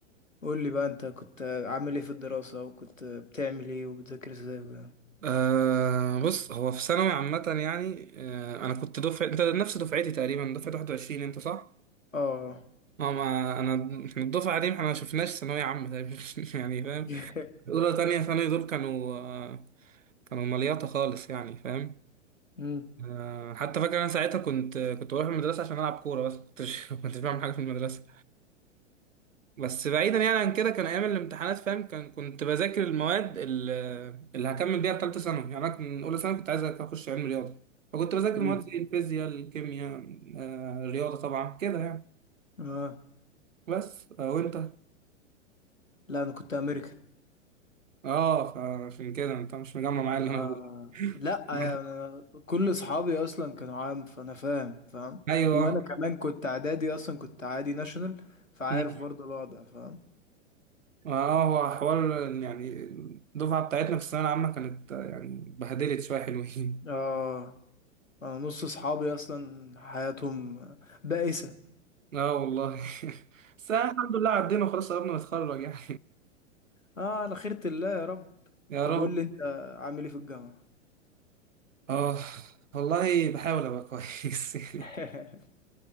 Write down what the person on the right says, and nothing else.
آه بص هو في ثانوي عامة يعني آه أنا كنت دفعة أنت نفس دفعتي تقريبا دفعة 21 أنت صح؟
اه ما انا احنا الدفعه دي احنا ما شفناش ثانويه عامه تقريباً. <laughs> يعني فاهم
اولى تانية ثانوي دول كانوا آه، كانوا مليطه خالص يعني فاهم
آه، حتى فاكر انا ساعتها كنت كنت بروح المدرسه عشان العب كوره بس كنتش <laughs> كنتش بعمل حاجه في المدرسه بس بعيدا يعني عن كده كان ايام الامتحانات فاهم كان كنت بذاكر المواد ال- اللي هكمل بيها في ثالثه ثانوي يعني انا كنت اولى ثانوي كنت عايز اخش علم رياضه فكنت بذاكر
مواد زي الفيزياء الكيمياء آه، الرياضه طبعا كده يعني
بس آه، وانت
اه فعشان كده انت مش مجمع معايا اللي
انا بقوله
<laughs>
ايوه
مم.
اه هو حوار يعني الدفعه بتاعتنا في الثانويه العامه كانت آه، يعني بهدلت شويه حلوين
اه والله <laughs> بس الحمد لله عدينا وخلاص قربنا نتخرج يعني
<laughs> يا
رب
اه والله بحاول ابقى كويس <laughs> يعني